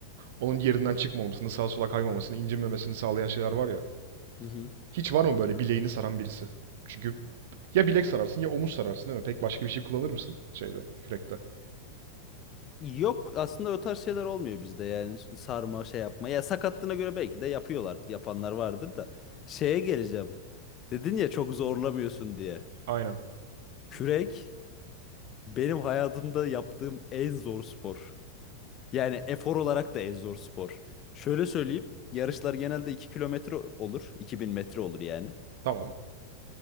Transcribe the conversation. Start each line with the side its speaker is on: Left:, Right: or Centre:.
Right: onun yerinden çıkmamasını, sağa sola kaymamasını, incinmemesini sağlayan şeyler var ya.
Left: hı hı.
Right: Hiç var mı böyle bileğini saran birisi? Çünkü ya bilek sararsın ya omuz sararsın değil mi? Pek başka bir şey kullanır mısın şeyde, kürekte?
Left: Yok aslında o tarz şeyler olmuyor bizde yani sarma şey yapma. Ya sakatlığına göre belki de yapıyorlar. Yapanlar vardır da. Şeye geleceğim. Dedin ya çok zorlamıyorsun diye.
Right: Aynen.
Left: Kürek benim hayatımda yaptığım en zor spor. Yani efor olarak da en zor spor. Şöyle söyleyeyim. Yarışlar genelde 2 kilometre olur. 2000 metre olur yani.
Right: Tamam.